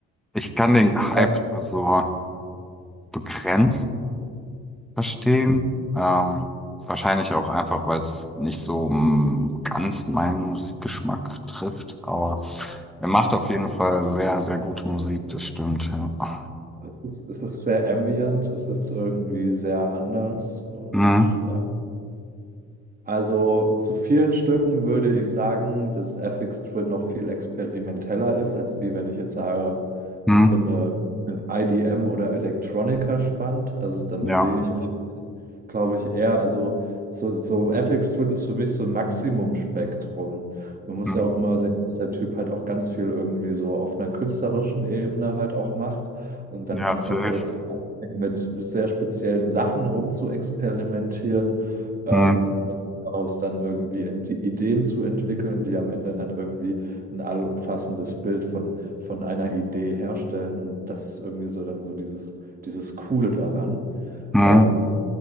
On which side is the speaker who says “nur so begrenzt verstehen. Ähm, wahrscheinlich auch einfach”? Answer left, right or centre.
Centre